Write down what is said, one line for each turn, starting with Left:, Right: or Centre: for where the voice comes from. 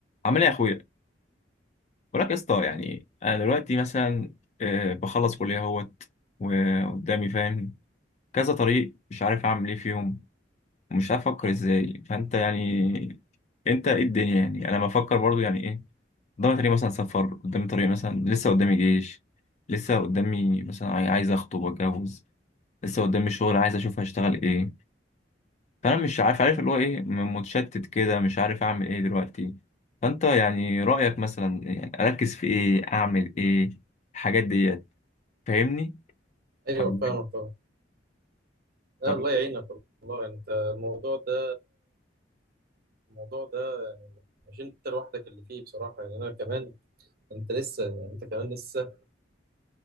Left: عامل ايه يا اخويا وراك يا اسطى يعني انا دلوقتي مثلا آه، بخلص كليه اهوت وقدامي فاهم كذا طريق مش عارف اعمل ايه فيهم ومش عارف افكر ازاي فانت يعني انت ايه الدنيا يعني انا بفكر برضو يعني ايه قدامي طريق مثلا سفر قدامي طريق مثلا لسه قدامي جيش لسه قدامي مثلا عاي- عايز اخطب واتجوز لسه قدامي شغل عايز اشوف هشتغل ايه فانا مش عارف عارف اللي هو ايه م- متشتت كده مش عارف اعمل ايه دلوقتي فانت يعني رايك مثلا يعني اركز في ايه اعمل ايه الحاجات ديت فاهمني
Right: ايوه
Left: ولا
Right: فاهمك
Left: إيه؟
Right: طبعا لا
Left: طب
Right: الله يعينك والله يعني انت الموضوع ده الموضوع ده يعني مش انت لوحدك اللي فيه بصراحه يعني انا كمان انت لسه يعني انت كمان لسه